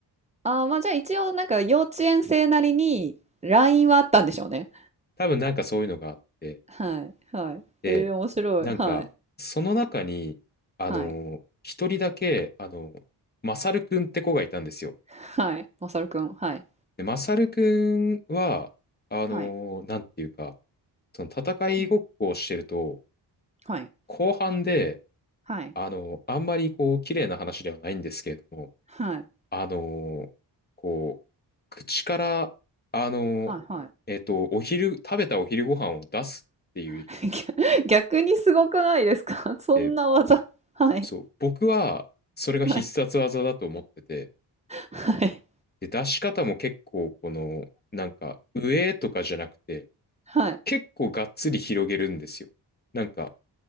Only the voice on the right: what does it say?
ああ、ま、じゃあ、一応なんか幼稚園生なりに LINE はあったんでしょうね。
はいはい。
ええ、面白い。
はい。
はい。
はい。まさるくん、はい。
はい。
うん。はい。
はい。
はい。
はいはい。
<laughs> 逆にすごくないですか？<laughs> そんな技。
はい。
はいはい。
はい。